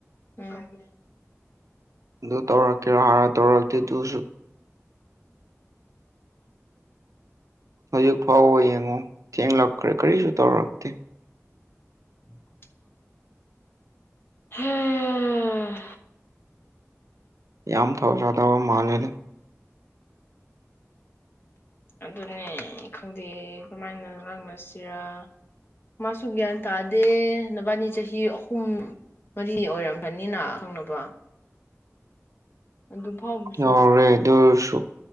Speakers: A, on the left; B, on the right.
A: ꯎꯝ
B: ꯑꯗꯨ ꯇꯧꯔꯛꯀꯦꯔꯣ ꯍꯥꯔ ꯇꯧꯔꯛꯇꯦ ꯇꯨꯁꯨ ꯍꯧꯖꯤꯛ ꯐꯥꯎꯕ ꯌꯦꯡꯉꯣ ꯊꯦꯡꯂꯛꯈ꯭ꯔꯦ ꯀꯔꯤꯁꯨ ꯇꯧꯔꯛꯇꯦ
A: <inaudible> ꯍꯝ
B: ꯌꯥꯝ ꯊꯧꯁꯥꯗꯕ ꯃꯥꯜꯂꯦꯗ
A: ꯑꯗꯨꯅꯦ ꯈꯪꯗꯦ ꯀꯃꯥꯏꯅ ꯉꯥꯡꯅꯁꯤꯔꯥ ꯃꯥꯁꯨ ꯒ꯭ꯌꯥꯟ ꯇꯥꯗꯦ ꯅꯕꯥꯅꯤ ꯆꯍꯤ ꯑꯍꯨꯝ ꯃꯔꯤ ꯑꯣꯏꯔꯝꯃꯅꯤꯅ ꯈꯪꯅꯕ ꯑꯗꯨ ꯐꯥꯎꯕꯁꯨ
B: ꯌꯧꯔꯦ ꯑꯗꯨꯏ ꯑꯣꯏꯁꯨ